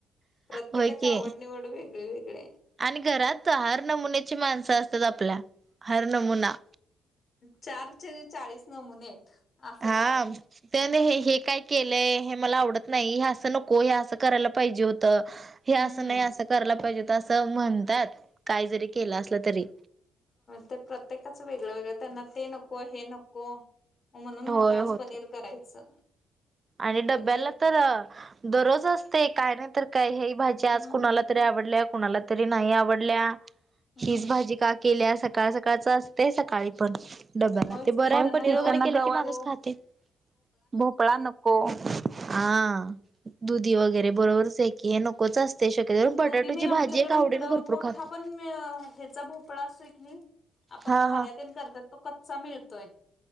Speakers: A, on the left; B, on the right.
A: प्रत्येकाची
B: होय की.
A: आवड निवड वेगळी-वेगळी आहे.
B: आणि घरात हर नमुन्याची माणसं असतात आपल्या, हर नमुना
A: चारशे-चाळीस नमुने आहेत. असं
B: हा.
A: काम आहे
B: ते हे हे काय केलंय, हे मला आवडत नाही, हे असं नको, हे असं करायला पाहिजे होतं. हे
A: हम्म
B: असं नाही, असं करायला पाहिजे, असं म्हणतात, काही जरी केलं असलं तरी.
A: ते प्रत्येकाच वेगळं-वेगळं, त्यांना ते नको, हे नको. म्हणून
B: होय
A: म्हणलं आज
B: होते
A: पनीर करायचं.
B: आणि डब्याला
A: पनीर
B: तर दररोज असतय, काय नाही तर काय, हे भाजी आज
A: हम्म
B: कुणाला तरी आवडल्या, कुणाला तरी नाही आवडल्या
A: हम्म
B: हीच भाजी का केल्या, सकाळ सकाळच असतय, सकाळी पण डब्याला
A: होयच
B: ते बरय,
A: की त्यांना
B: पनीर
A: गवारी
B: वगैरे केलं
A: नको
B: की माणूस खातंय, भोपळा नको हो, आ दुधी वगैरे,
A: हम्म
B: बरोबरच आहे की हे नकोच असते शक्यतो, पण बटाटोची
A: दुधी नाही आमच्याकडे
B: भाजी एक आवडीने
A: इकडं
B: भरपूर
A: मोठा
B: खातो.
A: पण ह्याचा भोपळा असतोय की, आपण
B: हा
A: घऱ्यातेन
B: हा
A: करतात तो कच्चा मिळतोय.